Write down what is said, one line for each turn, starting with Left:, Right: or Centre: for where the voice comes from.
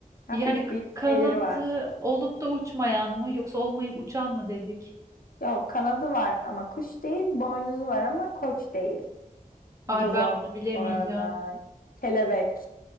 Left: Hafif
Right: Yani k-
Left: bir
Right: kanadı
Left: şeyleri var.
Right: olup da uçmayan mı yoksa olmayıp uçan mı dedik?
Left: Yok, kanadı var ama kuş değil. Boynuzu var ama koç değil.
Right: Ay
Left: Bu da zor
Right: ben bunu bilemeyeceğim.
Left: bu arada. Kelebek.